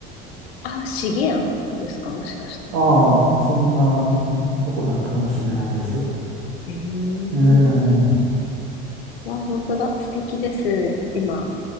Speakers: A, on the left (about 80°); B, on the right (about 55°).
A: あ、資源ですか、もしかして。
B: ああ、そんなとこだったかもしれないです。
A: へえ。
B: ええ、
A: わ、本当だ。素敵です。今、